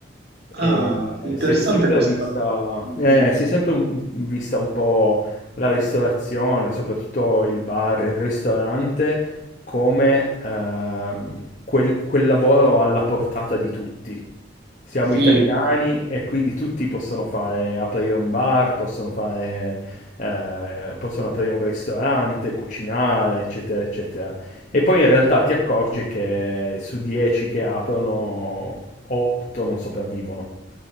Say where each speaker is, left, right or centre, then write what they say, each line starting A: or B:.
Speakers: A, on the right; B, on the left.
A: Ah,
B: E
A: interessante
B: si è sempre
A: questo.
B: vista,
A: Mm,
B: eh,
A: mm.
B: si è sempre un- vista un po' la ristorazione, soprattutto il bar, il ristorante, come ehm, quel, quel lavoro alla portata di tutti. Siamo
A: Sì,
B: italiani e quindi tutti possono fare, aprire un bar, possono fare, eh, possono aprire un ristorante, cucinare, eccetera, eccetera. E poi in realtà ti accorgi che su 10 che aprono, 8 non sopravvivono.